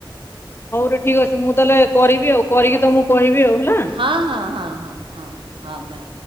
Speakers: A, on the left; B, on the right.
A: ତେବେ ଠିକ୍ ଅଛି ମୁଁ ତାହେଲେ କରିବି ଆଉ କରିକି ତ ମ କୁ କହିବି। ଆଉ ହେଲା
B: ହଁ ହଁ ହଁ ହଁ ହଁ ହଁ ହଉ ବାୟ।